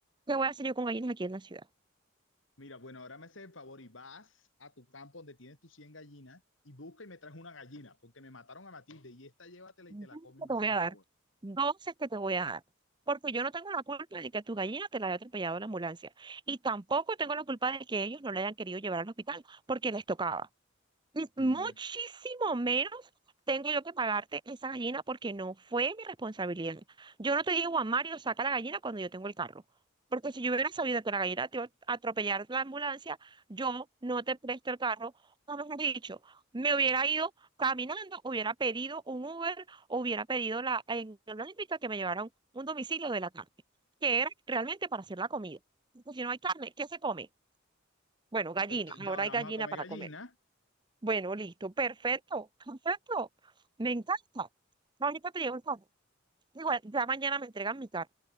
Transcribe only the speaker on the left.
Mira, bueno, ahora me haces el favor y vas a tu campo donde tienes tus 100 gallinas y busca y me traes una gallina, porque me mataron a Matilde y esta llévatela y
te la comes,
me
haces
el
favor.
Mm.
Ento- ya
ahora
vamos
a comer
gallina.